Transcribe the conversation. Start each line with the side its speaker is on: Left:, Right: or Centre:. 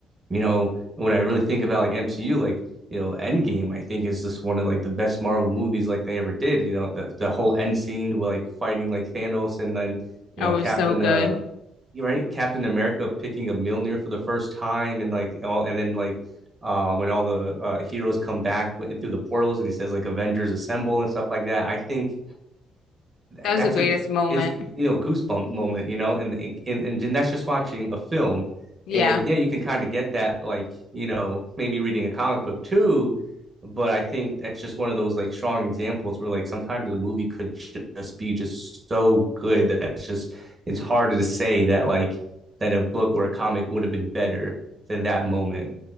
Right: you know, when I really think about like MCU, like, you know, Endgame, I think is just one of like the best Marvel movies like they ever did. You know, that the whole end scene, like fighting like Thanos and then, you
Left: Oh,
Right: know,
Left: it
Right: Captain
Left: was so good.
Right: uh, right, Captain America picking a Mjolnir for the first time, and like all, and then like uh, when all the uh, heroes come back in through the portals, and he says like Avengers assemble and stuff like that. I think
Left: That
Right: that's
Left: was the greatest
Right: a
Left: moment.
Right: it's you know goosebump moment, you know, and and and, and that's just watching a film.
Left: Yeah.
Right: And yeah, you can kind of get that, like you know, maybe reading a comic book too. But I think that's just one of those like strong examples where like sometimes the movie could just be just so good that it's just it's harder to say that like that a book or a comic would have been better than that moment.